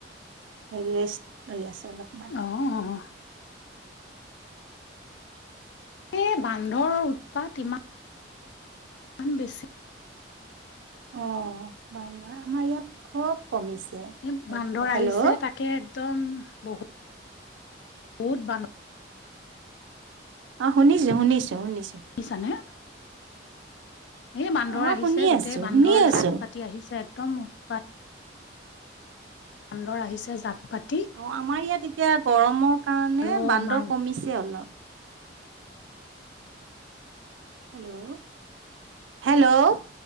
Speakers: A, on the right; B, on the left.
A: হেৰি ৰেষ্ট লৈ আছো অলপমান।
B: উম, হু-হু, এই বান্ধৰ উৎপাত ইমান। বেছি।
A: অঁ, বান্ধৰ আমাৰ ইয়াত খব কমিছে।
B: এই বান্দৰ
A: এতিয়া
B: আহিছে
A: হেল্ল',
B: তাকে একদম বহুত-বহুত বান
A: অঁ, শুনিছো-শুনিছো-শুনিছো।
B: পিছা নে? এই বান্দৰ
A: অ
B: আহিছে
A: শুনি
B: গোটেই
A: আছো
B: বান্দৰ
A: শুনি আছো
B: জাক পাতি আহিছে একদম উৎপাত। বান্দৰ আহিছে জাক পাতি।
A: অঁ, আমাৰ ইয়াত এতিয়া গৰমৰ কাৰণে
B: আৰু
A: বান্দৰ
B: মান
A: কমিছে অলপ। হেল্ল'-হেল্ল',